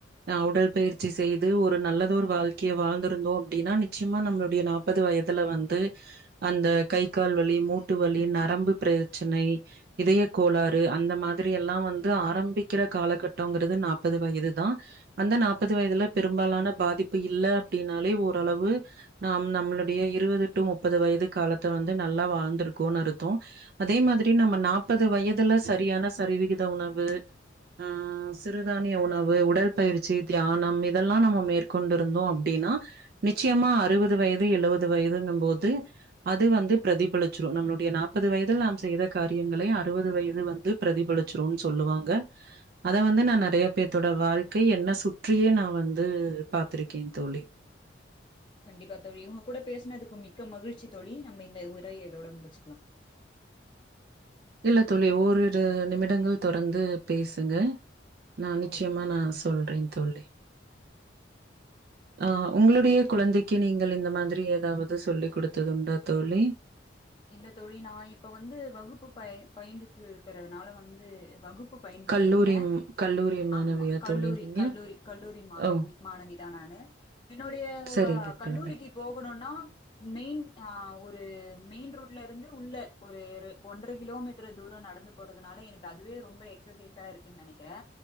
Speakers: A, on the right; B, on the left.
A: ஆ உடல் பயிற்சி செய்து ஒரு நல்லத ஒரு வாழ்க்கைய வாழ்ந்திருந்தோ அப்பிடின்னா நிச் ச்சியமா நம்மளுடைய நாப்பது வயதுல வந்து அந்த கை கால் வலி மூட்டு வலி நரம்பு பிர ச்சனை இதய கோளாறு அந்த மாதிரி எல்லா வந் த்து ஆரம்பிக்கிற காலகட்ட ட்டோ ங்கிறது நாப்பது வயதுதா அந்த நாப்பது வயதுல பெரும்பாலான பாதிப்பு இல்ல அப்பிடின்னாலே ஓரளவு நம் நம்மளுடைய இருபது டு முப்பது வயது காலத்த வந்து நல்லா வாழ்ந்திருக்கோநர்த்தோ அதே மாதிரி நம்ம நாப்பது வயதுல சரியான சரிவிகித உணவு ஆ சிறுதானிய உணவு உடல் பயிற்சி தியானம் இதெல்லா நம்ம மேற்கொண்டிருந்தோ அப்படின்னா நிச்சயமா அறுவது வயது எழுவது வயதுங்குபோது அது வந்து பிரதிபலிச்சிரு நம்மளுடைய நாப்பது வயதில் நாம் செய்த காரியங்களை அறுபது வயது வந்து பிரதிபலிச்சிரு சொல்லுவாங்க அ அத வந்து நான் நெறைய பேத்தோட வாழ்க்கை என்ன சுற்றியே நா வந்து பாத்திருக்கே தோழி
B: கண்டிப்பா தோழி இவுங்க கூட பேசுனதுக்கு மிக்க மகிழ்ச்சி தோழி நம்ம இந்த உரைய இதோட முடிச்சிக்கலா
A: இல்ல தோழி ஓரிரு நிமிடங்கள் தொடர்ந்து பேசுங்க நா நிச்சயமா
B: ஓகே
A: நா சொல்றே தோழி ஆ உங்களுடைய குழந்தைக்கு நீங்கள் இந்த மாதிரி ஏதாவது சொல்லிக் கொடுத்தது உண்டா தோழி
B: இல்ல தோழி நா இப்ப வந்து வகுப்பு பயின் பயின்ந்துட்டு இருக்கறதுனால வந்து வகுப்பு பயின்றுட்டு
A: கல்லூரி
B: இருக்கேன்
A: ம் கல்லூரி மாணவியா
B: ஆமா கல்லூரி
A: தோழி நீங்க?
B: கல்லூரி கல்லூரி மாலவி
A: ஓ!
B: மாணவி தா நானு என்னுடைய ஓ
A: சரிங்க
B: வா கல்லூரிக்கு
A: தோழி.
B: போகணுன்னு நா மெயின் ஆ ஒரு மெயின் ரோட்ல இருந்து உள்ள ஒரு ரு ஒன்றரை கிலோமீட்டர் தூரோ நடந்து போறதுனால எனக்கு அதுவே ரொம்ப எக்ஸசைஸா இருக்குன்னு நெனைக்கிறே